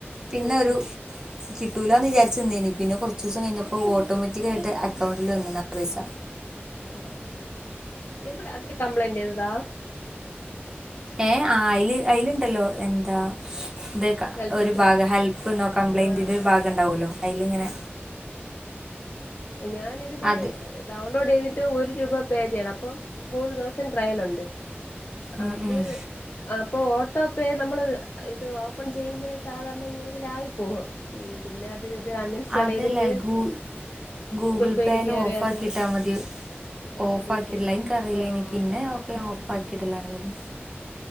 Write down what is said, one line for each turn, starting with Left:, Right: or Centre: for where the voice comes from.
Right: പിന്നൊരു
Left: ഉം ഉം
Right: കിട്ടൂല്ലാന്ന് വിചാരിച്ചു നിന്നേനി. പിന്നെ കൊറച്ച് ദീസം കഴിഞ്ഞപ്പോ ഓട്ടോമെറ്റിക്കായിട്ട് അക്കൗണ്ടിൽ വന്നിണ പൈസ
Left: ആ ആ. എവിടാ അതില് കംപ്ലൈന്റ് എഴുതാ?
Right: ഏ ആ അയില് അയിലുണ്ടല്ലോ. എന്താ ഇതേക്കാ
Left: ഹെൽപ്പ്
Right: ഒരു
Left: സെന്റർ
Right: ഭാഗം ഹെൽപ്പന്നോ കംപ്ലൈന്റിന്റെ
Left: ആ ആ
Right: ഒരു ഭാഗം ണ്ടാവുവല്ലോ അയിലിങ്ങനെ.
Left: ഞാൻ ഇതില്
Right: അത്
Left: ഡൗൺലോഡ് ചെയ്തിട്ട് ഒരു രൂപ പേ ചെയ്യണം. അപ്പം മൂന്ന് ദിവസം ട്രയൽ ഒണ്ട്.
Right: ഉം
Left: അത്
Right: ഉം
Left: അപ്പോ ഓട്ടോ പേ. നമ്മളിത് ഇത് ഓപ്പൺ ചെയ്യുമ്പഴേ സാധാരണ ഇങ്ങനെ ഇതിലായി പോകും. ഉം പിന്നെ ഇത് അൺഇൻസ്റ്റാള്
Right: അതല്ല
Left: ചെയ്തിട്ട്
Right: ഗൂ ഗൂഗിൾ
Left: പേയിൽ
Right: പേയില്
Left: കയറി
Right: ഓഫ്
Left: അത്
Right: ആക്കി ഇട്ടാ മതിയോ? ഓഫാക്കിയിട്ടില്ല
Left: ഡിലീറ്റ് ആക്കി
Right: എൻക് അറിയില്ലിനി.
Left: ഓ
Right: പിന്നെ
Left: ഓഫാക്കി കള
Right: ഓക്കെ
Left: ഉം
Right: ഓഫ് ആക്കീട്ടില്ല ഞാനിതുവരെ.